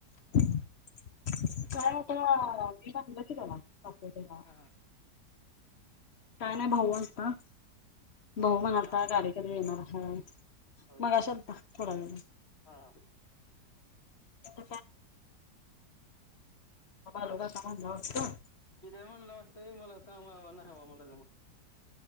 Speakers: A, on the left (about 55°); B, on the left (about 35°).
A: <inaudible> काय आता मी म्हणलं की त्याला
B: हा
A: <inaudible>
B: हा
A: काय नाही भाऊ आलता. भाऊ
B: होय
A: म्हणालात
B: कधी आत्ता
A: गाडी कधी येणार हाय
B: होय
A: मगाशी आलता थोडा वेळ
B: हा
A: <inaudible> मग बाळू काका म्हणलं वाटतं.
B: मी तर म्हणलं असतं मला काम हाय न्हाय बाबा मला जमत.